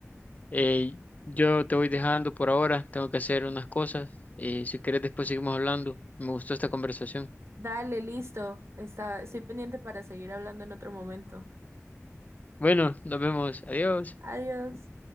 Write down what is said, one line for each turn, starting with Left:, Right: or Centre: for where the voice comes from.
Left: eh, yo te voy dejando por ahora, tengo que hacer unas cosas y si quieres después seguimos hablando. Me gustó esta conversación.
Right: Dale, listo. Está, estoy pendiente para seguir hablando en otro momento.
Left: Bueno, nos vemos, adiós.
Right: Adiós.